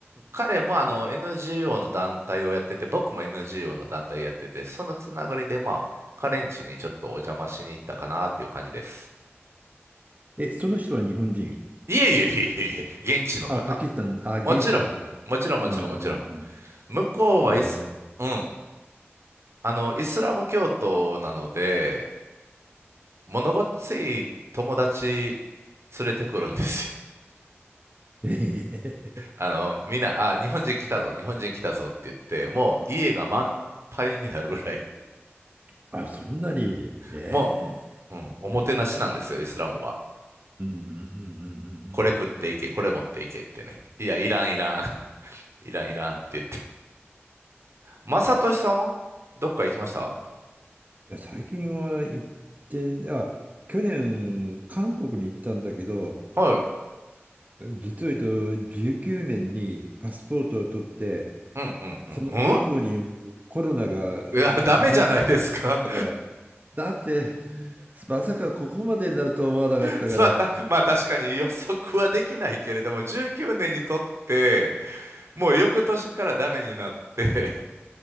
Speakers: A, on the right; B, on the right.
A: 彼もあの NGO の団体をやってて、僕も NGO の団体やってて、そのつながりで、まあ、彼ん家にちょっとお邪魔しに行ったかなっていう感じです。
B: え、その人は日本人。
A: いえいえいえいえ、現地の方。
B: あ、パキスタン、あ、現地の方か。
A: もちろん、もちろん、もちろん、
B: うんうんうん。
A: もちろん。向こうはイス、
B: え
A: うん、あの、イスラム教徒なので、物ごっつい友達連れてくるんですよ
B: ー、えへへへ
A: あの、みんな、あ、日本人来たぞ、日本人来たぞって言って、もう家が満杯になるぐらい、
B: <laughs> あ、そんなに。
A: <laughs>
B: え
A: もう、うん、おもてなしなんですよ、イスラムは。
B: うんうんうんうんうん
A: これ食っていけ、これ持っていけってね。いや、いらん、いらん、<laughs> いらん、いらんって言って。まさとしさんはどっか行きました
B: いや、最近は行って、あ、去年、韓国に行ったんだけど、
A: はい。
B: 実を言うと19年にパスポートを取って、
A: うん、うん、うん、
B: その直後にもうコロナが
A: うんいや、ダメじゃないですか。
B: 蔓延しまくったから、だって、まさかここまでになると思わなかったから、
A: <laughs> さあ、たまあ確かに予測はできないけれども、19年にとって、もう翌年からダメになって、